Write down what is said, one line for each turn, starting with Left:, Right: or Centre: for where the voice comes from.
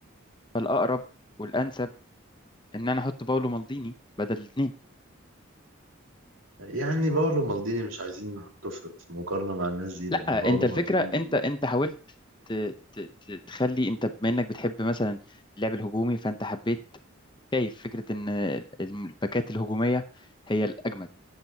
Left: فالاقرب والانسب ان انا احط باولو مالديني بدل الاثنين
Right: يعني باولو مالديني مش عايزين نحطه في في مقارنه مع الناس دي لان
Left: لا
Right: باولو
Left: انت الفكره
Right: مالديني
Left: انت انت حاولت ت- ت- ت- تخلي انت بما انك بتحب مثلا اللعب الهجومي فانت حبيت شايف فكره ان الباكات الهجوميه هي الاجمد